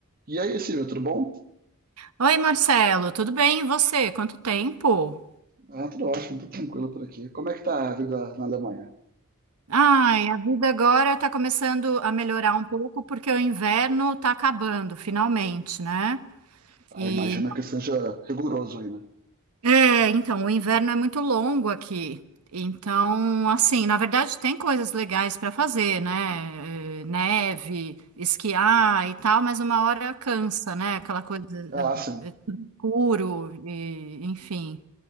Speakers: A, on the right (about 40°); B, on the right (about 80°).
A: E aí, Silvio, tudo bom?
B: Oi, Marcelo, tudo bem? E você? Quanto tempo?
A: Ah, tudo ótimo, tudo tranquilo por aqui. Como é que tá a vida na Alemanha?
B: Ai, a vida agora tá começando a melhorar um pouco porque o inverno tá acabando, finalmente, né?
A: Ah,
B: E
A: imagina que seja rigoroso aí, né?
B: é, então, o inverno é muito longo aqui. Então, assim, na verdade tem coisas legais para fazer, né? Eh, Neve, esquiar e tal, mas uma hora cansa, né? Aquela coisa
A: Ah, sim.
B: eh, eh, tudo escuro e enfim.